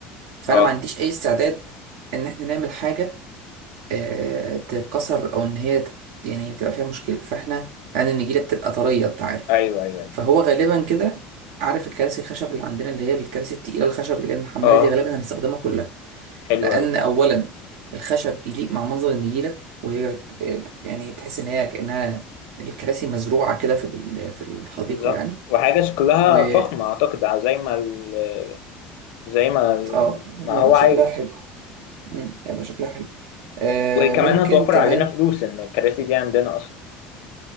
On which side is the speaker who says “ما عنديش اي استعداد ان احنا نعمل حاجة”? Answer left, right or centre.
Right